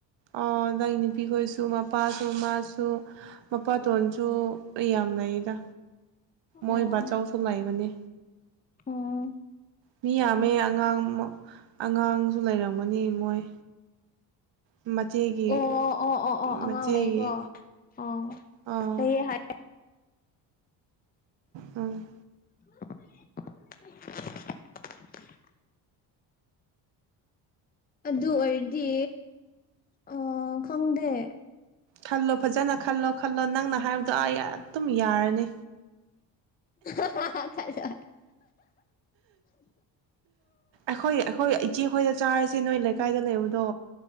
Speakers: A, on the right; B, on the left.
A: ꯑ ꯅꯪꯒꯤ ꯅꯨꯄꯤꯈꯣꯏꯁꯨ ꯃꯄꯥꯁꯨ ꯃꯥꯃꯁꯨ__ ꯃꯄꯥꯇꯣꯟꯁꯨ ꯌꯥꯝꯅ ꯂꯩꯌꯦꯗ꯫ ꯃꯣꯏ
B: ꯎꯝ
A: ꯕꯥꯆꯧꯁꯨ ꯂꯩꯕꯅꯦ꯫
B: ꯎꯝ
A: ꯃꯤ ꯌꯥꯝꯃꯦ ꯑꯉꯥꯡ ꯑꯉꯥꯡꯖꯨ ꯂꯩꯔꯝꯒꯅꯤ ꯃꯣꯏ꯫ ꯃꯆꯦꯒꯤ
B: ꯑꯣ ꯑꯣ ꯑꯣ ꯑꯣ ꯑꯉꯥꯡ
A: ꯃꯆꯦꯒꯤ
B: ꯂꯩꯀꯣ꯫ ꯑꯣ
A: ꯑꯥ
B: ꯂꯩꯌꯦ ꯍꯥꯏ꯫
A: ꯎꯝ꯫
B: <inaudible> ꯑꯗꯨ ꯑꯣꯏꯔꯗꯤ ꯑ ꯈꯪꯗꯦ꯫
A: ꯈꯜꯂꯣ ꯐꯖꯅ ꯈꯜꯂꯣ ꯈꯜꯂꯣ ꯅꯪꯅ ꯍꯥꯏꯕꯗꯣ ꯑꯩ ꯑꯗꯨꯝ ꯌꯥꯔꯅꯤ꯫
B: ꯍ ꯍꯥ ꯍꯥ ꯈꯟꯂꯣ
A: ꯑꯩꯈꯣꯏ ꯑꯩꯈꯣꯏ ꯏꯆꯦꯈꯣꯏꯗ ꯆꯥꯔꯁꯦ ꯅꯣꯏ ꯂꯩ__ ꯀꯥꯏꯗ ꯂꯩꯕꯗꯣ